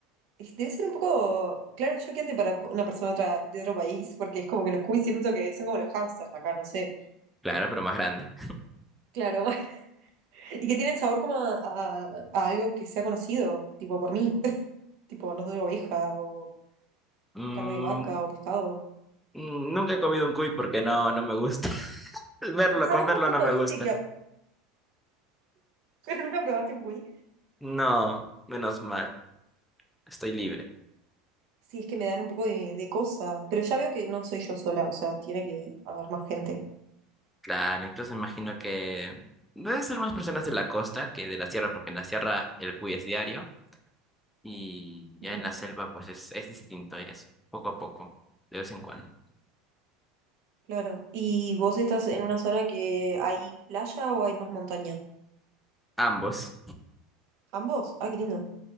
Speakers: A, on the right (about 60°); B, in the centre.
A: Es- Debe ser un poco, claro, choqueante para una persona otra, de otro país, porque es como que los cuis siento que son como los hamsters acá, no sé.
B: Claro, pero más grande.
A: Claro, <laughs> y que tienen sabor como a, a- a algo que sea conocido, tipo por mí, <laughs> tipo, no sé, oveja o
B: Mm,
A: carne de vaca o pescado.
B: mm, nunca he comido un cuy porque no, no me gusta. <laughs> Verlo,
A: Ah,
B: con
A: vos
B: verlo
A: tampoco
B: no me
A: viste
B: gusta.
A: que <laughs> nunca probaste un cuy.
B: No, menos mal. Estoy libre.
A: Sí, es que me dan un poco de, de cosa, pero ya veo que no soy yo sola, o sea, tiene que haber más gente.
B: Claro, incluso imagino que deben ser más personas de la costa que de la sierra, porque en la sierra el cuy es diario y
A: Ujú.
B: ya en la selva pues es, es distinto, es poco a poco, de vez en cuando.
A: Claro. ¿Y vos estás en una zona que hay playa o hay más montaña?
B: Ambos.
A: Ambos. Ah, qué lindo.